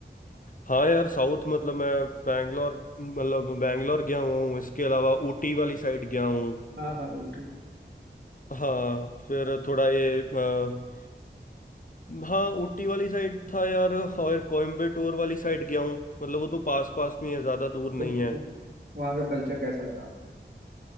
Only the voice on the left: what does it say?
हाँ यार साउथ मतलब मैं बैंगलोर मतलब बैंगलोर गया हुआ हूँ इसके अलावा ऊटी वाली साइड गया हूँ
हाँ फिर थोड़ा ये अ, हाँ ऊटी वाली साइड था यार और कोयम्बटूर वाली साइड गया हूँ मतलब वो तो पास पास में ही है ज़्यादा दूर नहीं
है